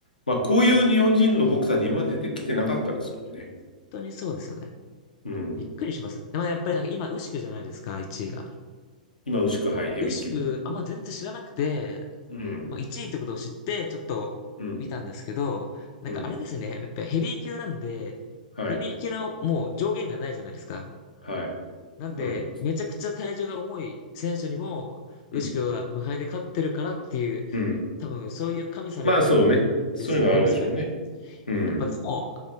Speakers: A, on the left (about 80°); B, on the left (about 45°).
A: まあ、こういう日本人のボクサーって今まで出てきてなかったですもんね。
B: いや、本当にそうですよね。
A: うん。
B: びっくりします。でもやっぱりなんか今、ウシクじゃないですか、1位が。
A: 今、牛久、はい、
B: で、
A: ヘビー級。
B: ウシクあんま全然知らなくて、
A: うん。
B: まあ、1位ってことを知って、ちょっと見たんですけど、
A: うん。
B: なんかあれですね、
A: うん。
B: やっぱりヘビー級なんで、
A: はい。
B: ヘビー級のもう上限がないじゃないですか。
A: はい。
B: なんで、
A: うん。
B: めちゃくちゃ体重が重い選手にも、ウシクは無敗で勝ってるからっていう、
A: うん。うん。
B: 多分そういう加味されてるん
A: まあそうね。そういうのあるでしょうね。
B: ですよね、おそらく。
A: うん。
B: やっぱでも、